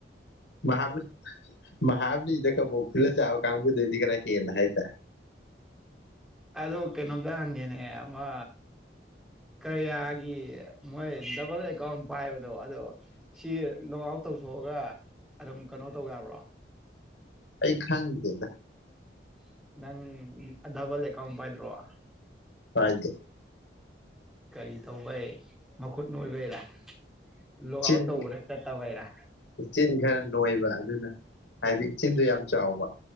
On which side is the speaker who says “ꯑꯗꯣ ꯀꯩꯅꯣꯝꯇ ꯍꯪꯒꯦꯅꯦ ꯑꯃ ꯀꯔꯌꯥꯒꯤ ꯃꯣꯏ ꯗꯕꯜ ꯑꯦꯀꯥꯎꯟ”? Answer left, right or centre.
Centre